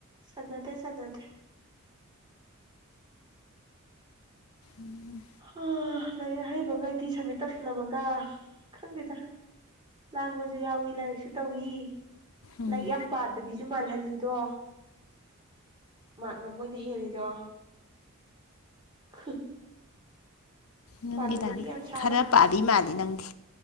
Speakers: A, on the right (about 20°); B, on the left (about 75°).
A: ꯆꯅꯗꯦ ꯆꯅꯗꯦ
B: ꯎꯝ
A: ꯑ ꯂꯥꯏꯔꯤꯛ ꯑꯍꯩꯕꯒꯩ ꯗꯤ ꯁꯝꯃꯤꯠ ꯇꯧꯁꯜꯂꯝꯃꯒ ꯈꯪꯗꯦꯗ ꯂꯥꯡꯕꯁꯨ ꯌꯥꯎꯏꯤ ꯂꯥꯏꯔꯤꯛꯁꯨ ꯇꯧꯏ
B: ꯎꯝ
A: ꯂꯥꯏꯔꯤꯛ ꯌꯥꯝ ꯄꯥꯗꯕꯤꯁꯨ ꯃꯥꯜꯍꯜꯂꯤꯗꯣ ꯃꯥꯛꯅ ꯃꯣꯏꯅ ꯍꯦꯜꯂꯤꯗꯣ <unintelligible>
B: ꯅꯪꯒꯤꯗꯤ
A: ꯄꯥꯗꯕꯗꯤ ꯌꯥꯝ ꯁꯥꯕ
B: ꯈꯔ ꯄꯥꯔꯤ ꯃꯥꯜꯂꯤ ꯅꯪꯗꯤ